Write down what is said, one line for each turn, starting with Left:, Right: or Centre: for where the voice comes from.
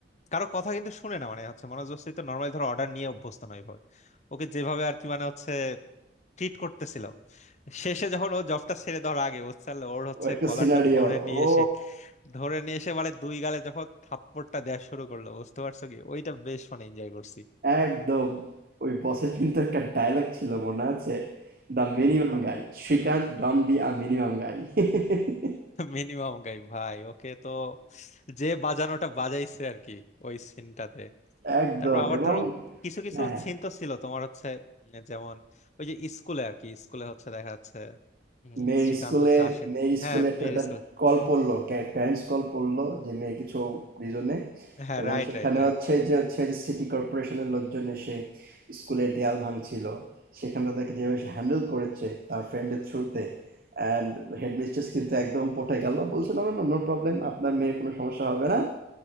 Left: কারো কথা কিন্তু শুনে না মানে হচ্ছে মনোজ বস্তি তো নর্মালি ধরো অর্ডার নিয়ে অভ্যস্ত নয় ভাবে ওকে যেভাবে আর কি মানে হচ্ছে ট্রিট করতেছিল শেষে যখন ও জবটা ছেড়ে দেওয়ার আগে বুঝছাল ওর হচ্ছে
Right: ও একটা
Left: কলারটা
Right: সিনারিও
Left: ধরে নিয়ে
Right: ও
Left: এসে ধরে নিয়ে এসে মানে দুই গালে যখন থাপ্পড়টা দেওয়া শুরু করলো বুঝতে পারছো কি ওইটা বেশ মানে এনজয় করছি
Right: একদম ওই বসের কিন্তু একটা ডায়লগ ছিল মনে আছে the minimum guy Srikant don't be a minimum গাই <laughs>
Left: মিনিমাম গাই ভাই ওকে তো যে বাজানোটা বাজাইছে আর কি ওই সিনটাতে
Right: একদম
Left: তারপর আবার
Right: এবং
Left: ধরো কিছু কিছু
Right: হ্যাঁ হ্যাঁ
Left: সিন তো ছিল তোমার হচ্ছে উম, যেমন ওই যে স্কুলে আর কি স্কুলে হচ্ছে দেখা যাচ্ছে উম,
Right: মেয়ের
Left: শ্রীকান্ত
Right: স্কুলে
Left: হচ্ছে আসে
Right: মেয়ের
Left: হ্যাঁ
Right: স্কুলে একটা
Left: মেয়ের
Right: দা-
Left: স্কুলে
Right: কল পড়লো প্যারেন্টস কল পড়লো যে মেয়ের কিছু রিজনে
Left: হ্যাঁ
Right: এবং
Left: রাইট
Right: সেখানে
Left: রাইট রাইট
Right: হচ্ছে যে হচ্ছে যে সিটি কর্পোরেশনের লোকজন এসে স্কুলের দেয়াল ভাঙছিল সেখানে তাদেরকে যেভাবে হ্যান্ডেল করেছে তার ফ্রেন্ডের থ্রুতে অ্যান্ড হেডমিস্ট্রেস কিন্তু একদম পটে গেল বলছিল না না নো প্রবলেম আপনার মেয়ের কোনো সমস্যা হবে না